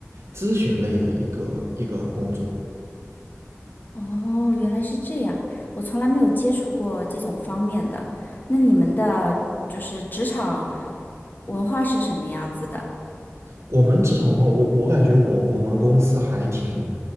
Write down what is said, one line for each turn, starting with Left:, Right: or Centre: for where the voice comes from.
Right: 咨询类的一个一个工作。
Left: 哦，原来是这样，我从来没有接触过这种方面的。那你们的就是职场文化是什么样子的？
Right: 我们职场文化，我我感觉我我们公司还挺